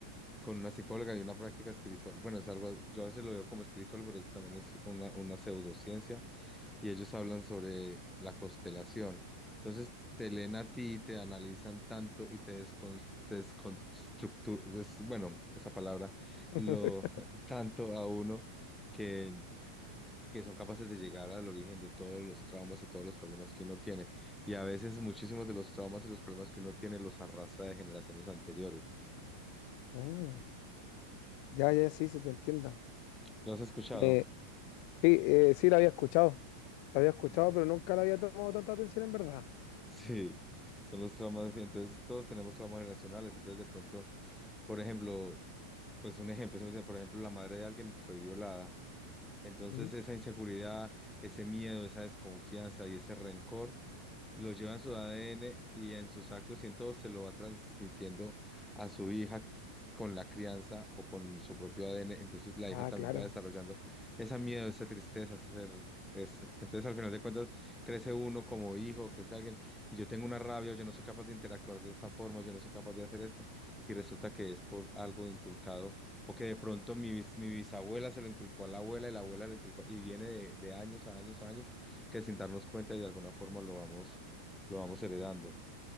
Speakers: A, in the centre; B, on the left.
A: con una psicóloga y una práctica espiritual. Bueno, es algo, yo a veces lo veo como espiritual, pero es- también es una, una pseudociencia y ellos hablan sobre la constelación. Entonces, te leen a ti, te analizan tanto y te descon- te desconstructu, des- bueno, esa palabra,
B: <laughs>
A: lo <laughs> tanto a uno que, que son capaces de llegar al origen de todos los traumas y todos los problemas que uno tiene. Y a veces muchísimos de los traumas y los problemas que uno tiene los arrastra de generaciones anteriores.
B: Mm, ya, ya, sí, se te entiendo.
A: ¿Lo has escuchado?
B: Eh, sí, eh, sí, la había escuchado. La había escuchado,
A: Exacto.
B: pero nunca
A: <laughs>
B: la había tomado tanta atención en verdad.
A: Sí, son los traumas. que- Entonces, todos tenemos traumas generacionales. Entonces, de pronto, por ejemplo, pues un ejemplo, ¿sí me entiendes? por ejemplo, la madre de alguien fue violada. Entonces,
B: Mm,
A: esa inseguridad, ese miedo, esa desconfianza y ese rencor lo lleva en su ADN y en sus actos y en todo se lo va transmitiendo a su hija con la crianza o con su propio ADN. Entonces la
B: Ah,
A: hija también
B: claro.
A: va desarrollando ese miedo, esa tristeza, ese ser... Es, entonces al final de cuentas crece uno como hijo, crece alguien y yo tengo una rabia, yo no soy capaz de interactuar de esta forma, yo no soy capaz de hacer esto y resulta que es por algo inculcado o que de pronto mi, bis- mi bisabuela se lo inculcó a la abuela y la abuela lo inculcó y viene de, de años a años a años que sin darnos cuenta y de alguna forma lo vamos lo vamos heredando.